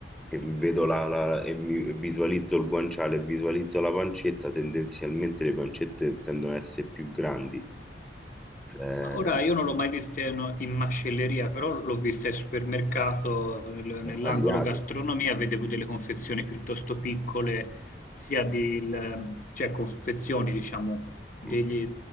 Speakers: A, in the centre; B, on the left (about 50°).
A: e vedo la, la- e mi- e visualizzo il guanciale e visualizzo la pancetta, tendenzialmente le pancette tendono ad essere più grandi, cioè
B: Ma Ora io non l'ho mai vista in, in macelleria, però l'ho vista al supermercato, nel- nell'angolo
A: tagliate.
B: gastronomia, vedevo delle confezioni piuttosto piccole, sia di, il- cioè confezioni, diciamo, degli-
A: Mm,